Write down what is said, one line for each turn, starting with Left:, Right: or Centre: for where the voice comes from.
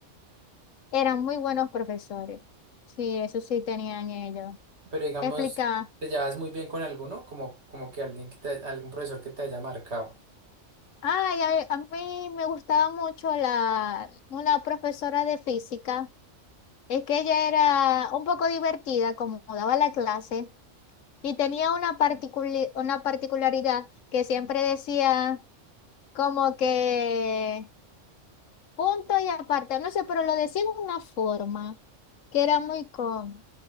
Left: Eran muy buenos profesores. Sí, eso sí tenían ellos.
Right: Pero digamos,
Left: Explicaban,
Right: ¿te llevas muy bien con alguno? Como, como que alguien que te, algún profesor que te haya marcado.
Left: ay, a, a mí me gustaba mucho la, una profesora de física, es que ella era un poco divertida, como daba la clase, y tenía una particuli- una particularidad que siempre decía como que... punto y aparte, no sé, pero lo decían de una forma que era muy cómico,